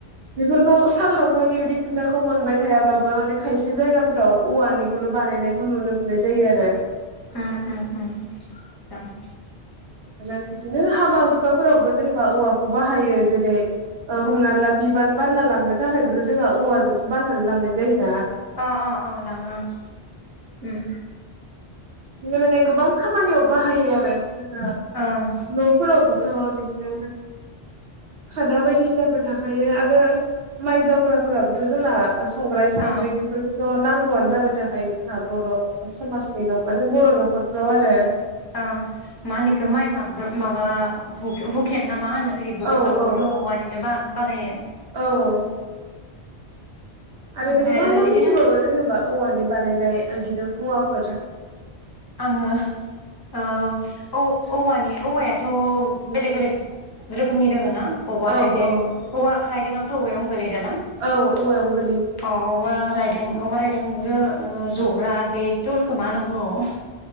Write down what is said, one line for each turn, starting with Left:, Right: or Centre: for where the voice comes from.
Right: बेफोरखौ साल दंफांनि बिदि खुन्थाखौ मोनबाय थायाबाबो माने खायसे जायगाफोराव औवानिखौनो बानायनायखौ नुनो मोननाय जायो आरो
Left: उ उ उ ओं दां
Right: आरो बिदिनो हाबा-हुखाफोरावबो जेनेबा औवाखौ बाहायो। जेरै हमना ला बिबान बानना लांनो थाखायबोथ जोंहा औवाजोंसो बानना लांनाय जायोना
Left: अ अ लाङो औ उम
Right: बिदिनो माने गोबां खामानियाव बाहायो आरो जोंहा
Left: ओं
Right: न'फोरावबो थ' बिदिनो खादा बायदिसिनाफोर थाखायो आरो माइ जावग्राफोराबोथ' जोंना संग्राय, सानद्रि
Left: औ ओं
Right: बेफोरखौथ' नां गौ आंनो जाबाय थाखायो जोंहा बर' समाजनि माने बर' न'खर फोराव आरो
Left: ओ मा होनोखौ माइ माबाग्रा माबा हुखेन ना मा होनो? इबो
Right: औ
Left: इफोरखौबोथ
Right: औ
Left: औवानिनो बा बानायो।
Right: औ आरो
Left: ओमफ्राय
Right: नोङो मा मा
Left: इदिनो
Right: मिथिबावो जेनेबा औवानि बानायनाय इदिनो मुवाफोर?
Left: आङो ओ औव औवानि औवायाथ' बेलेग बेलेग रोखोमनि दोङो ना? औवा
Right: औ
Left: रायदें
Right: औ
Left: औवा राइदेंआबोथ' औवायावनो गोलै योना?
Right: औ
Left: अ
Right: औवायावनो गोलैयो
Left: औवा राइदें औवा राइदेंजो जग्रा बे तुलखौ‌ मा होनो‌ बर' आव?